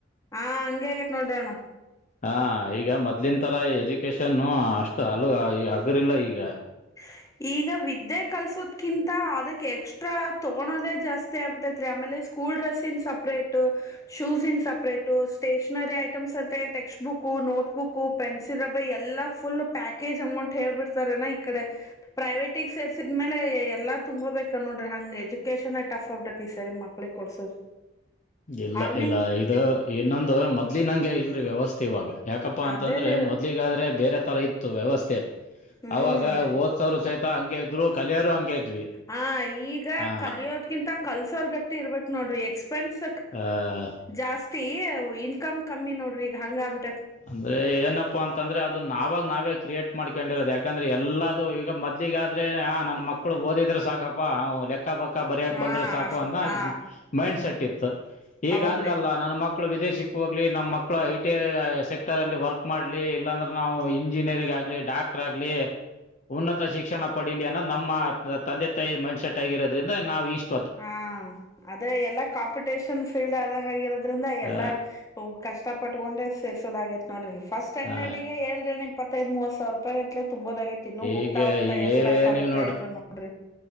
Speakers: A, on the left (about 15°); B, on the left (about 40°).
A: ಹಾ ಹಂಗಗೆ ಆಗೇತ್ ನೋಡ್ರೋಣ್ಣ
B: ಹ ಈಗ ಮೊದ್ಲಿನ ತರ ಎಜುಕೇಶನ್ನು ಅಷ್ಟು ಹಲು ಹಗುರಿಲ್ಲ ಈಗ
A: ಹ ಈಗ ವಿದ್ದೆ ಕಲ್ಸೋದ್ಕಿಂತ ಅದಕ್ಕೆ ಎಕ್ಸ್ಟ್ರಾ ತೊಗೋದೇ ಜಾಸ್ತಿ ಆಗ್ಬಿಟ್ಟತ್ ರರಿ ಆಮೇಲೆ ಸ್ಕೂಲ್ ಡ್ರೆಸ್ ಇನ್ ಸಪರೇಟ್ ಶೂಸ ಇನ್ ಸಪರೇಟ ಸ್ಟೇಷನರಿ ಐಟಮ್ಸ್ ಅತ್ತ textbook notebook pencil rubber ಎಲ್ಲಾ ಫುಲ್ ಪ್ಯಾಕೇಜ್ ಅಂಗ್ಡಂಟ್ ಹೇಳ್ಬಿಡ್ತಾರೆಣ ಕಡೆ ಪ್ರೈವೇಟಿಗ್ ಸೇರ್ಸಿದ್ಮೇಲೆ ಎಲ್ಲ ತುಂಬೋಬೇಕ ನೋಡ್ರಿ ಹಂಗ್ ಎಜುಕೇಶನ್ ಟಫ್ ಆಡ ಸರಿ ಮಕ್ಳಿಗೆ ಕೊಡ್ಸೋದು
B: ಇಲ್ಲ
A: ಅರ್ನಿಂಗ್
B: ಇಲ್ಲ ಇದು ಇನ್ನೊಂದು ಮದ್ಲಿನಂಗೆ ಇಲ್ರಿ ವ್ಯವಸ್ಥೆ ಇವಾಗ ಯಾಕಪ್ಪಾ ಅಂತಂದ್ರೆ
A: ಅದೇ ರೀ
B: ಮೊದ್ಲಿಗಾದ್ರೆ ಬೇರೆ ತರ ಇತ್ತು ವ್ಯವಸ್ಥೆ
A: ಹ್ಮ್
B: ಅವಾಗ ಓದ್ಸಾವ್ರ ಸಹಿತ ಹಂಗೆ ಇದ್ರು ಕಲಿಯರು ಹಂಗೆ ಇದ್ವಿ
A: ಹ ಈಗ
B: ಆ
A: ಕಲಿಯೋದ್ಕಿಂತ ಕಲ್ಸೋರ್ ಗಟ್ಟಿ ಇರ್ಬೇಕೇ ನೋಡ್ರಿ ಎಕ್ಸ್ ಎಸ್ಪೆನ್ಸ್
B: ಆ
A: ಜಾಸ್ತಿ ಇನ್ಕಮ್ ಕಮ್ಮಿ ನೋಡ್ರಿ ಈಗ ಹಂಗ ಆಬಿ
B: ಅಂದ್ರೆ ಏನಪ್ಪಾ ಅಂತಂದ್ರೆ ಅದ ನಾವಾಗ ನಾವೇ ಕ್ರಿಯೇಟ್ ಮಾಡ್ಕೊಂಡಿರೋದು ಯಾಕಂದ್ರೆ ಎಲ್ಲದುಈಗ ಮೊದ್ಲಿಗಾದ್ರೆ ನನ್ನ ಮಕ್ಕಳು ಓದಿದ್ರೆ ಸಾಕಪ್ಪ ಲೆಕ್ಕ ಪಕ್ಕ ಪಕ್ಕ ಬರಿಯಕ್
A: ಹಾ
B: ಬಂದ್ರೆ ಸಾಕು
A: ಅಷ್
B: ಅಂತ
A: ಆ
B: ಮೈಂಡ್ ಸೆಟ್ ಇತ್ತು ಈಗ
A: ಹೌದ್ರಿ
B: ಹಂಗಲ್ಲ ನಾನ ಮಕ್ಳ ಮಕ್ಕಳ ವಿದೇಶಕ್ಕೆ ಹೋಗ್ಲಿ ನಮ್ಮ ಮಕ್ಕಳು ಐ ಟಿ ಎ ಸೆಕ್ಟರ್ ಅಲ್ಲಿ ವರ್ಕ್ ಮಾಡ್ಲಿ ಇಲ್ಲಾಂದ್ರೆ ನಾವು ಇಂಜಿನಿಯರಿಂಗ್ ಆಗ್ಲಿ ಡಾಕ್ಟರ್ ಆಗ್ಲಿ ಉನ್ನತ ಶಿಕ್ಷಣ ಪಡಿಲಿ ಅನ್ನೋ ನಮ್ಮ ತಂದೆ ತಾಯಿ ಮೈಂಡ್ ಸೆಟ್ ಆಗಿರೋದ್ರಿಂದ ನಾವು ಇಷ್ಟ
A: ಹಾ ಅದ್ರ ಎಲ್ಲಾ ಕಾಂಪಿಟೇಷನ್ ಫೀಲ್ಡ್ ಆದಂಗ ಆಗಿರೋದ್ರಿಂದ ಎಲ್ಲಾ
B: ಆ,
A: ಕಷ್ಟ ಪಟ್ಟಕೊಂಡೆ ಸೇರಿಸೋದ ಆಾಗಿ ನೋಡ್ರ ಫಸ್ಟ್ ಸ್ಟ್ಯಾಂಡರ್ಡ್ಗೆ
B: ಆ,
A: ಏ ಹೇಳರಿ ಇಪ್ಪದು ಮೂವ ಸಾವಿ ರೂಪಾಯಿ ತುಂಬೋದ ಆಗೈತಿನ್ನು ಹೋಗ್ತಾ
B: ಈಗ
A: ಹೋಗ್ಎಷ್ಟ್
B: ಈಗೇನಿಲ್ಲ
A: ಅಫ್ ಆಗತ್ತೆ ಅದ್ರ ನೋಡ್ರಿ